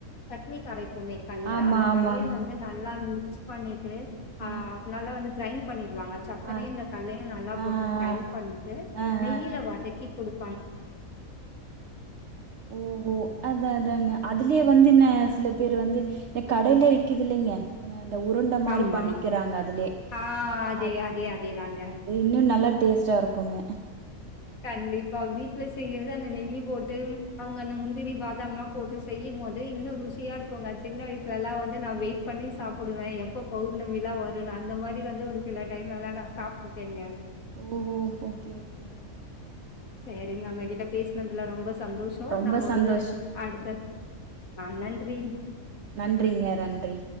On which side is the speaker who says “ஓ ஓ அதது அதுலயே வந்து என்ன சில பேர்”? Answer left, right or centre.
Right